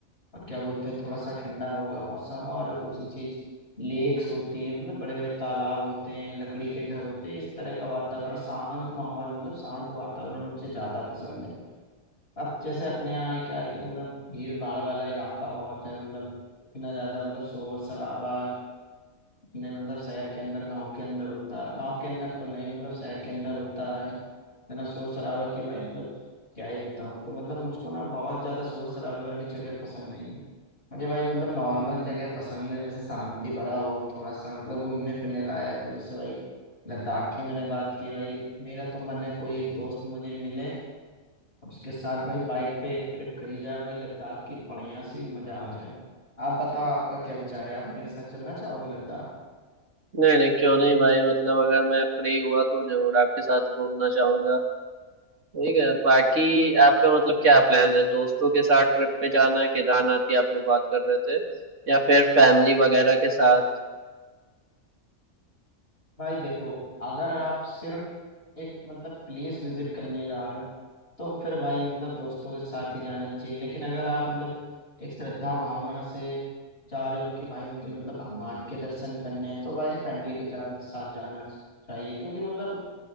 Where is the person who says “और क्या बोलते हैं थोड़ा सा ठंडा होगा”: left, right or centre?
Left